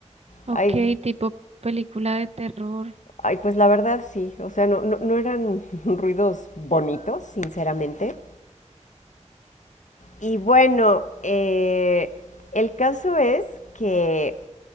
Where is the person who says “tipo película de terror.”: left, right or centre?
Right